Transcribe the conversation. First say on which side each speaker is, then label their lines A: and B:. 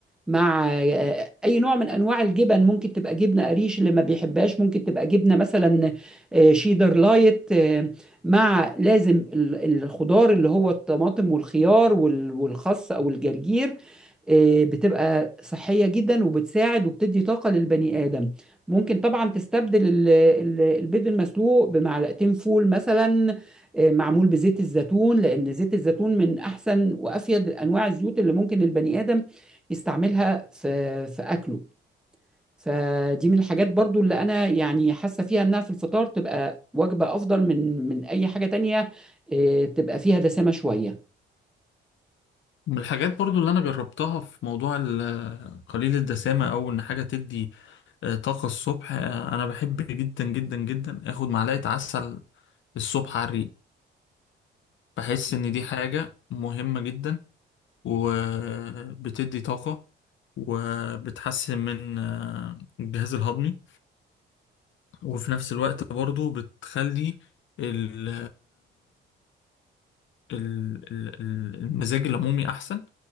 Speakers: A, in the centre; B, on the left.
A: مع آه، اي نوع من انواع الجبن ممكن تبقى جبنه قريش اللي ما بيحبهاش ممكن تبقى جبنه مثلا آه، شيدر لايت آه، مع لازم ال- الخضار اللي هو الطماطم والخيار وال- والخس او الجرجير آه، بتبقى صحيه جدا وبتساعد وبتدي طاقه للبني ادم ممكن طبعا تستبدل ال- ال- البيض المسلوق بمعلقتين فول مثلا آه، معمول بزيت الزيتون لان زيت الزيتون من احسن وافيد انواع الزيوت اللي ممكن البني ادم يستعملها في في اكله فدي من الحاجات برضو اللي انا يعني حاسه فيها انها في الفطار تبقى وجبه افضل من من اي حاجه تانية آه، تبقى فيها دسامه شويه
B: من الحاجات برضو اللي أنا جربتها في موضوع ال- قليل الدسامة أو إن حاجة تدي آه، طاقة الصبح آه، أنا بحب جدا جدا جدا آخد معلقة عسل الصبح على الريق بحس إن دي حاجة مهمة جدا وبتدي طاقة وبتحسن من آه، الجهاز الهضمي وفي نفس الوقت برضو بتخلي ال ال- ال- ال- المزاج العمومي أحسن